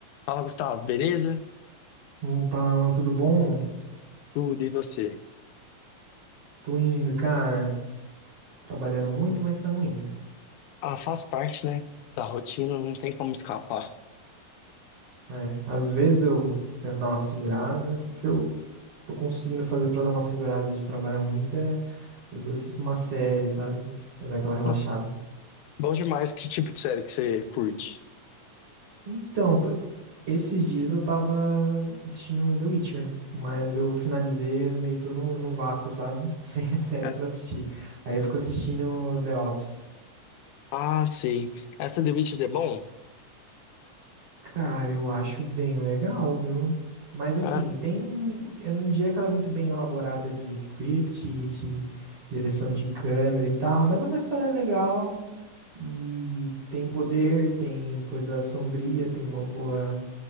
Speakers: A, on the left; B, on the right.
A: Fala, Gustavo, beleza?
B: Opa, Alan, tudo bom?
A: Tudo e você?
B: Tô indo, cara. Trabalhando muito, mas estamos indo.
A: Ah, faz parte, né, da rotina, não tem como escapar.
B: É, às vezes eu tento dar uma segurada. O que eu tô conseguindo fazer pra dar uma segurada de trabalhar muito é, às vezes eu assisto uma série, sabe? Pra dar aquela relaxada.
A: Não, Bom demais, que tipo de série que você curte?
B: Então, p- esses dias eu tava assistindo The Witcher, mas eu finalizei meio tô no, no vácuo, sabe? <laughs> Sem a série
A: É.
B: pra assistir. Aí eu fico assistindo The Office.
A: Ah, sei. Essa The Witcher é bom?
B: Cara, eu acho bem legal, viu? Mas assim,
A: É.
B: tem. Eu não diria que ela é muito bem elaborada de script e de direção de câmera e tal, mas é uma história legal e tem poder, tem coisa sombria, tem uma boa